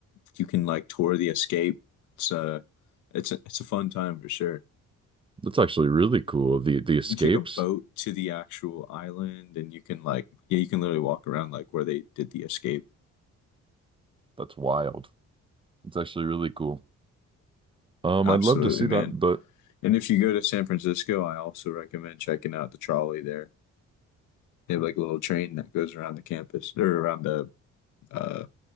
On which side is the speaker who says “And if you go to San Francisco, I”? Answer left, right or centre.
Left